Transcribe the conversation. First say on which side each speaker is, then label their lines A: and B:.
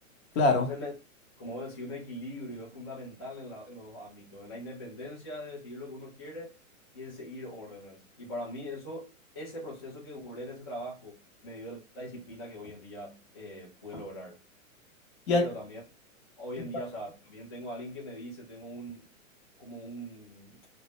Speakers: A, on the left; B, on the left.
A: Claro.
B: Entonces, me, como vos decís, un equilibrio es fundamental en, la- en los dos ámbitos, en la independencia de decidir lo que uno quiere y en seguir órdenes. Y para mí eso, ese proceso que duré en ese trabajo me dio la disciplina que hoy en día eh, pude lograr.
A: Y,
B: Pero
A: a-
B: también, hoy
A: y,
B: en
A: pa-
B: día, o sea, también tengo a alguien que me dice, tengo un, como un,